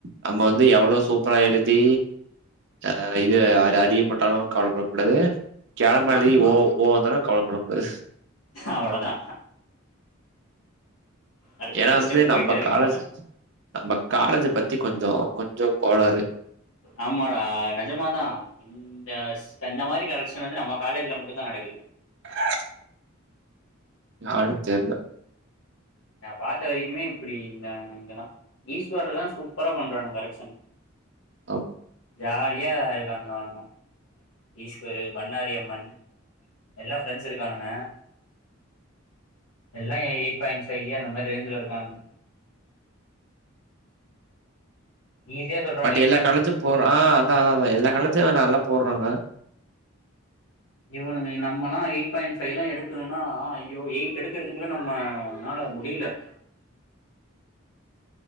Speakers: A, on the right; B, on the left.
A: நம்ப வந்து எவ்வளோ சூப்பரா எழுதி அ இது அ அறிய போட்டாலு கவலப்படக்கூடாது கேளமளி
B: ஆமா
A: ஓ ஓ ந்தாலு கவல பட கூடாது
B: அவ்ளோதா அடுத்தடுத்த
A: ஏன்னா வந்து
B: ஸ்டெப்
A: நம்ப
B: போயிட்டே இருக்கு
A: காலஜ் நம்ப காலேஜ பத்தி கொஞ்சோ கொஞ்சோ கோளாறு
B: ஆமாடா நெஜமாதா இந்த ஸ் இந்த மாரி கரெக்ஷன் வந்து நம்ம காலேஜ்ல மட்டுந்தா நடக்கு
A: அச் யார்னு தெர்ல
B: நா பாத்த வரிக்குமே இப்படி இந்த இங்கத ஈஸ்வர்லலா சூப்பரா பண்றாங்க கரெக்க்ஷன்னு
A: ஒ
B: ஜாலியா இருக்கானுங்க அவனுங்க ஈஸ்வரு பண்ணாரி அம்மன் எல்லா ஃப்ரெண்ட்ஸ் இருக்கானுங்க எல்லா எயிட் பாயின்ட் ஃபை அந்த மாரி ரேஞ்ச்ல இருக்கானுங்க ஈஸியா சொல்றாங்க
A: பட் எல்லா காலச்சு போறோ ஆ அதாதா அதா எல்லா காலச்சு நல்லா போட்றாங்க
B: இவனுங்க நம்மனா எயிட் பாயிண்ட் ஃபைவ்லா எடுக்கரோம்னா ஐயோ எயிட் எடுக்கிறதுக்குள்ள நம்ம னால முடியில